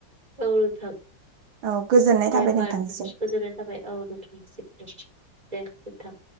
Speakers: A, on the right; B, on the right.
A: औ नोंथां
B: औ गोजोननाय
A: दे
B: थाबाय
A: बा
B: नोंथांनिसिम
A: गोजोननाय थाबाय औ नोंथांनिसिम दे जोबथा